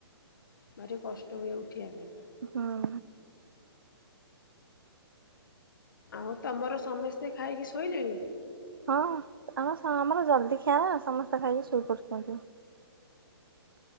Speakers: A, on the left; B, on the right.
A: ଭାରି କଷ୍ଟ ହୁଏ ଉଠିଆ ପାଇଁ।
B: ହଁ।
A: ଆଉ ତମର ସମିସ୍ତେ ଖାଇକି ଶୋଇଲେଣି?
B: ହଁ ଆମ ସମ ଆମର ଜଲଦି ଖିଆନା ସମସ୍ତେ ଖାଇକି ସୋଇ ପଡୁଚନ୍ତି।